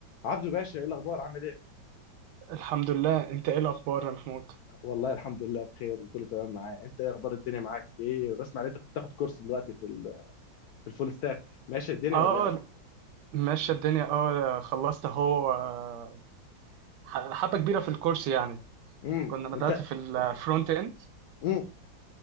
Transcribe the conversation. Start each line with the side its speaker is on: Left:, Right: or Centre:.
Left: عبدو باشا ايه الاخبار عامل ايه
Right: الحمد لله انت ايه الاخبار يا محمود
Left: والله الحمد لله بخير وكله تمام معايا انت ايه اخبار الدنيا معاك ايه بسمع ان انت كنت تاخد كورس دلوقتي في ال- في الفول ستاك ماشي الدنيا
Right: اه
Left: ولا ايه معاك
Right: ماشيه الدنيا اه خلصت اهو آه، ح- حبه كبيره في الكورس يعني
Left: امم
Right: كنا بدات
Left: انت
Right: في الفرونت اند
Left: امم